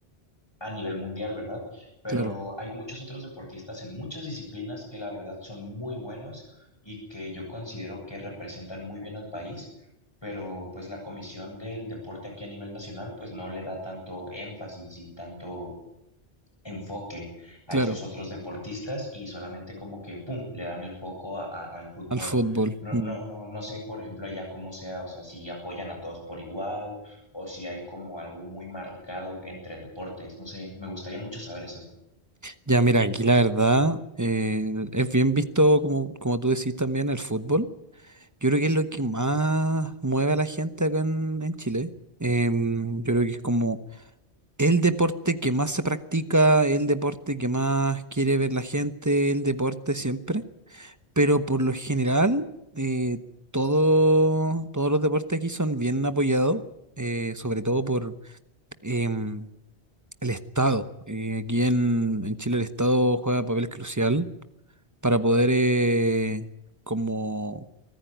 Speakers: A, on the left; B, on the right.
A: a nivel mundial, ¿verdad? Pero
B: claro,
A: hay muchos otros deportistas en muchas disciplinas que la verdad son muy buenos y que yo considero que representan muy bien al país, pero pues la Comisión del Deporte aquí a nivel nacional pues no le da tanto énfasis y tanto enfoque a
B: claro,
A: esos otros deportistas y solamente como que, ¡pum!, le dan el foco a- a- al fútbol.
B: al fútbol.
A: No,
B: Mm.
A: no, no sé, por ejemplo, allá cómo sea, o sea, si apoyan a todos por igual o si hay como algo muy marcado entre deportes, no sé, me gustaría mucho saber eso.
B: Ya, mira, aquí la verdad eh, es bien visto, como, como tú decís también, el fútbol. Yo creo que es lo que más mueve a la gente acá en, en Chile. Em, yo creo que es como el deporte que más se practica, el deporte que más quiere ver la gente, el deporte siempre. Pero por lo general, eh, todo- todos los deportes aquí son bien apoyados, eh, sobre todo por em, el Estado. Eh, aquí en, en Chile el Estado juega papel crucial para poder eh, como